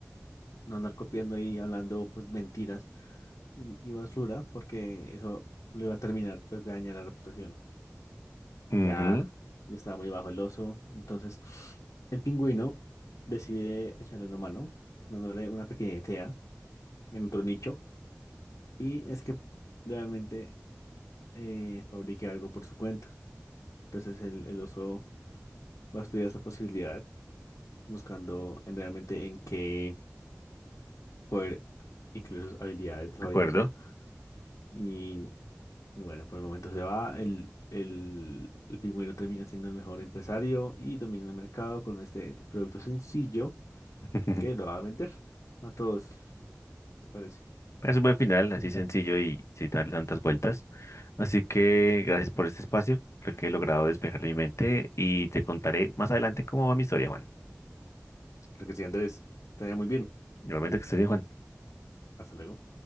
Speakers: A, on the left; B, on the left.
A: no andar copiando y hablando pues mentiras y, y basura porque eso le va a terminar pues de dañar la reputación.
B: Ujú,
A: Ya, ya estaba muy bajo el oso. Entonces, el pingüino decide echarle una mano, dándole una pequeña idea en otro nicho. Y es que realmente eh, fabrique algo por su cuenta. Entonces, el, el oso va a estudiar esta posibilidad, buscando en realmente en qué poder incluir sus habilidades de fabricación.
B: de acuerdo.
A: Y, y bueno, por el momento se va. El, el, el pingüino termina siendo el mejor empresario y domina el mercado con este producto sencillo
B: <laughs>
A: ¿Qué? ¿Lo va a vender a todos? ¿Qué te parece?
B: Es un buen final, así sencillo y sin darle tantas vueltas. Así que gracias por este espacio. Creo que he logrado despejar mi mente y te contaré más adelante cómo va mi historia, Juan.
A: Lo que sí, Andrés, te vaya muy bien.
B: Normalmente que ese viejo
A: Hasta luego.